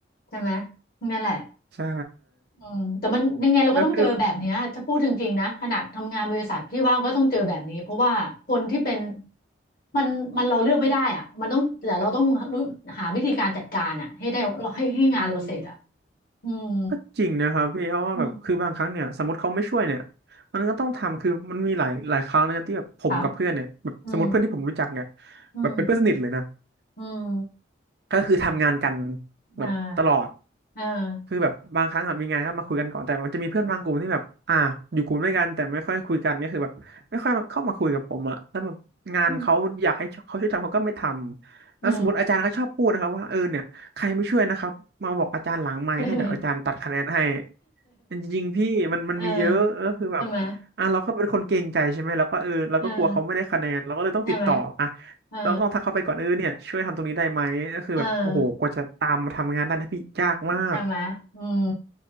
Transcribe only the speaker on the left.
ใช่ไหมนั่นแหละ
อืมแต่มันยังไงเราก็ต้องเจอแบบเนี้ยถ้าพูดจริงๆนะขนาดทำงานบริษัทพี่ว่าก็ต้องเจอแบบนี้เพราะว่าคนที่เป็น
มันมันเราเลือกไม่ได้อ่ะมันต้องแต่เราต้องรู้หาวิธีการจัดการอ่ะให้ได้เราให้ให้งานเราเสร็จอ่ะ
อืม
อืม
ครับอืมอืม
อืม
อ่า
อ่า
อืมอืม <laughs>
เออใช่ไหม
เออใช่ไหมเออ
เออ ใช่ไหมอืม